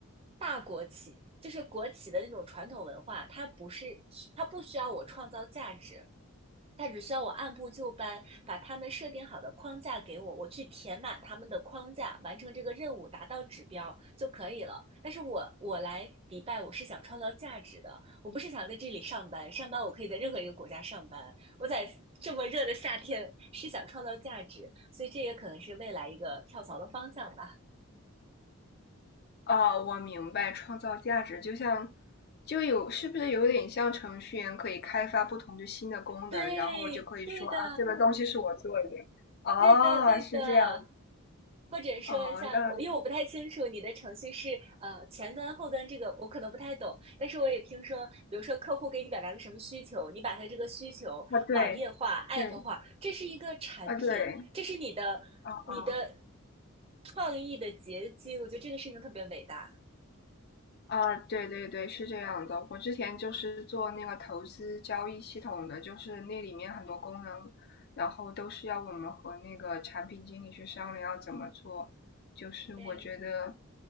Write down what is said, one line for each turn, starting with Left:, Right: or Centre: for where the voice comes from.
Right: 大国企，就是国企的那种传统文化，它不是它不需要我创造价值，他只需要我按部就班把他们设定好的框架给我，我去填满他们的框架，完成这个任务，达到指标就可以了。但是我我来迪拜，我是想创造价值的，我不是想在这里上班，上班我可以在任何一个国家上班，我在这么热的夏天是想创造价值，所以这也可能是未来一个跳槽的方向吧。
Left: 哦，我明白，创造价值就像，就有，是不是有点像程序员可以开发不同的新的功能，
Right: 对，
Left: 然后就可以说啊，
Right: 对的。
Left: 这个东西是我做的。哦，
Right: 对的，对的。
Left: 是这样
Right: 或者说像，
Left: 哦，那
Right: 我因为我不太清楚你的程序是呃前端后端这个我可能不太懂，但是我也听说，比如说客户给你表达个什么需求，你把他这个需求网页化、
Left: 啊，对，
Right: app
Left: 对，
Right: 化，这是一个产品，
Left: 啊，对，
Right: 这是你的你的
Left: 啊
Right: 创意的结晶，我觉得这个事情特别伟大。
Left: 啊，对对对，是这样的。我之前就是做那个投资交易系统的，就是那里面很多功能，然后都是要我们和那个产品经理去商量要怎么做。就是我觉得
Right: 对，